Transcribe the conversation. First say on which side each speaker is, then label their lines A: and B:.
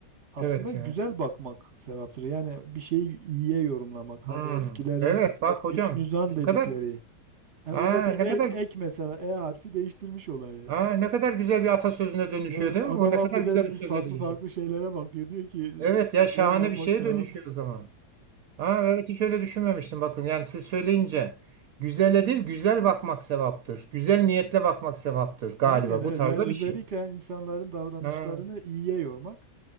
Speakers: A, on the right; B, on the right.
A: Aslında
B: Evet
A: güzel
B: ya.
A: bakmak sevaptır. Yani bir şeyi iyiye yorumlamak.
B: Hmm,
A: Hani eskilerin
B: evet bak hocam
A: hüsnü zan
B: ne
A: dedikleri.
B: kadar
A: Yani
B: Aa,
A: orada bir
B: ne
A: e-
B: kadar
A: ek mesela E harfi değiştirmiş olayı.
B: aa,
A: <laughs>
B: ne kadar güzel bir atasözüne dönüşüyor
A: Yani
B: değil
A: adam
B: mi? O ne
A: affedersiniz
B: kadar güzel bir söze
A: farklı
B: dönüşüyor.
A: farklı şeylere bakıyor. Diyor ki
B: Evet ya şahane
A: nereye bakmak
B: bir şeye
A: sevap.
B: dönüşüyor o zaman. Aa, evet hiç öyle düşünmemiştim bakın. Yani siz söyleyince güzele değil güzel bakmak sevaptır. Güzel niyetle bakmak sevaptır
A: <laughs>
B: galiba
A: Aynen evet.
B: bu tarzda
A: Yani özellikle
B: bir şey.
A: yani insanların davranışlarını
B: Ha,
A: iyiye yormak.